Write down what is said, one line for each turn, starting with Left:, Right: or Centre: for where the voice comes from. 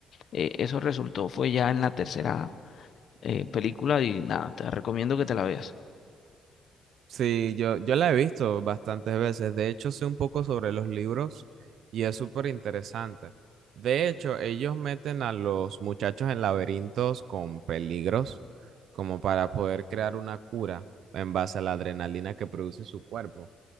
Left: eh, eso resultó, fue ya en la tercera eh, película y nada, te recomiendo que te la veas.
Right: Sí, yo, yo la he visto bastantes veces. De hecho, sé un poco sobre los libros y es súper interesante. De hecho, ellos meten a los muchachos en laberintos con peligros como para poder crear una cura en base a la adrenalina que produce su cuerpo.